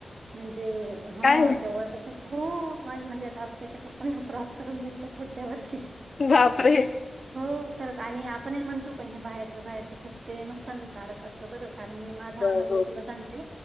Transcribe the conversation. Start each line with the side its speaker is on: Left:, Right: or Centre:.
Right: म्हणजे हा
Left: काय
Right: ते वाटतच हो माझ म्हणजे आ आ त्याच्या पप्पांना क्रॉस करून जाईन तो पुढच्या वर्षी
Left: बापरे
Right: हो खरंच आणि आपण म्हणतो पण हे बाहेरच, बाहेरच खूप ते नुकसान कारक अस बर कारण मी माझा
Left: बरं.
Right: अनुभव तुला सांगते.